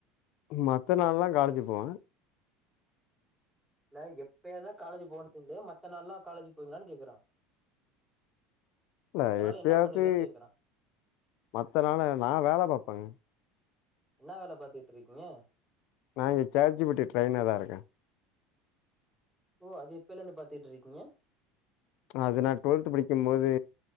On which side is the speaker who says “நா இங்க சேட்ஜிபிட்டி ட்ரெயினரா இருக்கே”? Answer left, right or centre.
Left